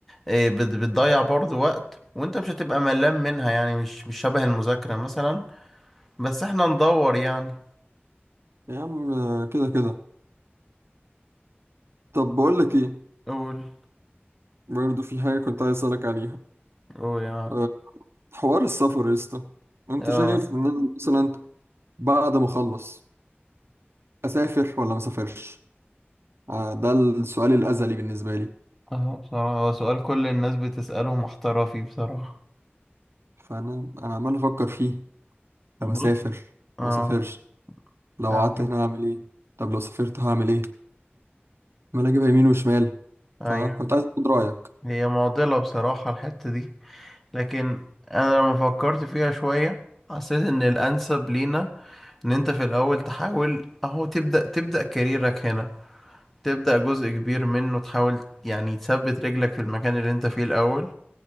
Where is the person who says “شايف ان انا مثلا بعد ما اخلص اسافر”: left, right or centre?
Right